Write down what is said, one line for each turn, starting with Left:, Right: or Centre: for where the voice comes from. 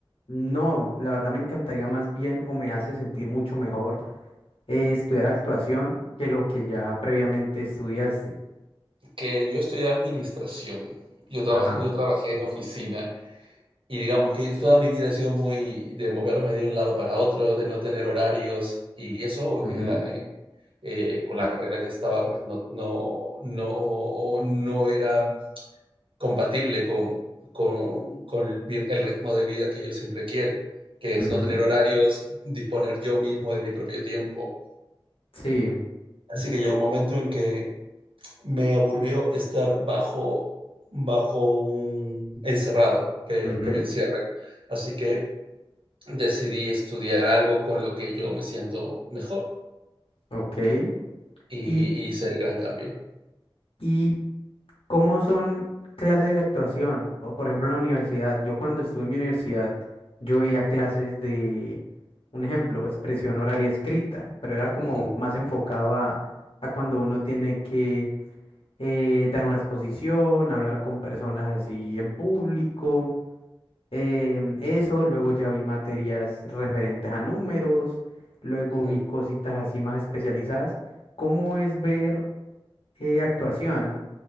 Left: no, la verdad me encantaría más bien o me hace sentir mucho mejor eh, estudiar actuación que lo que ya previamente estudiaste.
Right: Que yo estudié administración, yo, trabajé,
Left: Ajá.
Right: yo trabajé en oficina y digamos que toda mi vida ha sido muy de moverme de un lado para otro, de no tener horarios y eso
Left: ujú,
Right: en la, en- eh, con la carrera que estaba, pues no, no, no, no era compatible con, con, con, el ritmo de vida que yo siempre quiero, que es
Left: ujú,
Right: no tener horarios, disponer yo mismo de mi propio tiempo.
Left: Sí.
Right: Así que llegó un momento en que me aburrió estar bajo, bajo un encerrado, que,
Left: ujú,
Right: que me encierren. Así que decidí estudiar algo con lo que yo me siento mejor
Left: Ok.
Right: y
Left: Y,
Right: hice el gran cambio.
Left: y ¿Cómo son clases de actuación? O, por ejemplo, en la universidad, yo cuando estuve en mi universidad, yo veía clases de, un ejemplo, expresión oral y escrita, pero era como
Right: Ujú,
Left: más enfocado a, a cuando uno tiene que eh, dar una exposición, hablar con personas así en público, em, eso, luego ya vi materias referentes a números, luego
Right: ujú.
Left: vi cositas así más especializadas. ¿Cómo es ver eh, actuación?